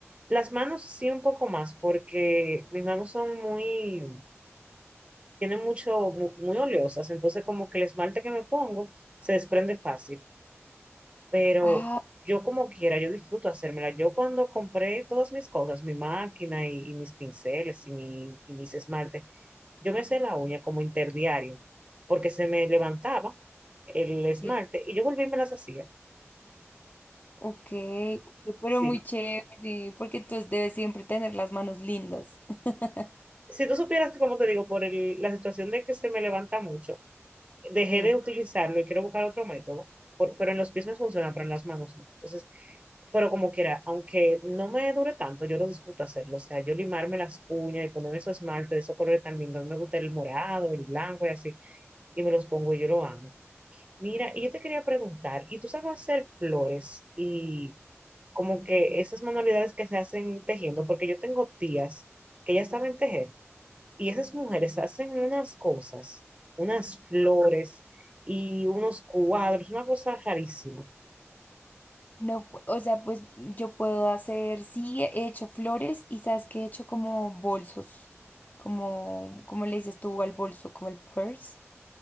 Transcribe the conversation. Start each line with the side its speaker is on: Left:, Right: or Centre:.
Right: Las manos sí un poco más, porque mis manos son muy tienen mucho, mu- muy, oleosas, entonces como que el esmalte que me pongo se desprende fácil, pero
Left: ah,
Right: yo como quiera, yo disfruto hacérmela. Yo cuando compré todas mis cosas, mi máquina y, y mis pinceles y, mi, y mis esmaltes, yo me hacía la uña como interdiario, porque se me levantaba el esmalte
Left: sí,
Right: y yo volví y me las hacía.
Left: ok, pero
Right: Sí.
Left: muy chévere, porque entonces debes siempre tener las manos lindas. <laughs>
Right: Si tú supieras que, como te digo, por el- la situación de que se me levanta mucho, dejé
Left: Sí.
Right: de utilizarlo y quiero buscar otro método, por- pero en los pies me funciona, pero en las manos no. Entonces, Pero como quiera, aunque no me dure tanto, yo lo disfruto hacerlo. O sea, yo limarme las uñas y ponerme esos esmalte de esos colores tan lindos. A mí me gusta el morado, el blanco y así. Y me los pongo y yo lo amo. Mira, y yo te quería preguntar, ¿y tú sabes hacer flores y como que esas manualidades que se hacen tejiendo? Porque yo tengo tías que ya saben tejer y esas mujeres hacen unas cosas, unas flores y unos cuadros, una cosa rarísima.
Left: No, pu- o sea, pues yo puedo hacer, sí, he hecho flores y sabes que he hecho como bolsos, como, como le dices tú al bolso, como el purse.